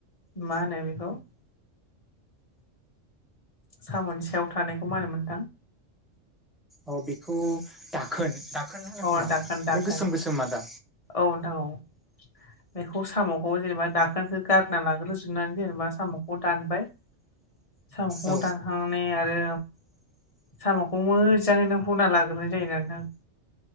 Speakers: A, on the left; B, in the centre.
A: मा होनो बेखौ? साम'नि सायाव थानायखौ मा होनोमोन नोंथां?
B: अ बेखौ दाखोन दाखोन होनो खोमा
A: अ दाखोन
B: बे
A: दाखोन
B: गोसोम गोसोमा दा?
A: औ नोंथां औ बेखौ साम'खौ जेनेबा दाखोनखौ गारना लाग्रोजोबनानै जेनेबा साम'खौ दानबाय। साम'खौ
B: औ
A: दानखांनानै आरो सामाखौ मोजाङैनो हना लाग्रोनाय जायो <inaudible>